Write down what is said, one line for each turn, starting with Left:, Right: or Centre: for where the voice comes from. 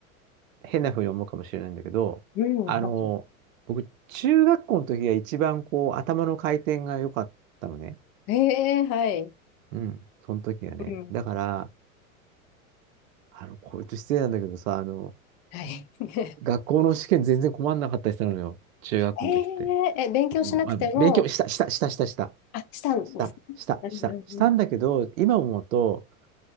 Right: 変な風に思うかもしれないんだけど、
Left: うん、
Right: あの、
Left: は
Right: 僕、中学校の時が一番こう頭の回転が良かったのね。
Left: いえー、はい。
Right: うん、その時はね。
Left: うん、
Right: だから、あの、こいつ失礼なんだけどさ、あの、
Left: はい。<laughs>
Right: 学校の試験全然困んなかったりするのよ。中学校の時って。
Left: えー、え、勉強しなくても、
Right: うん、まあ、勉強した、した、した、した、した、
Left: あ、したんですね。
Right: した、した、
Left: うん、
Right: した、
Left: うん、
Right: したんだけど、
Left: うん。
Right: 今思うと、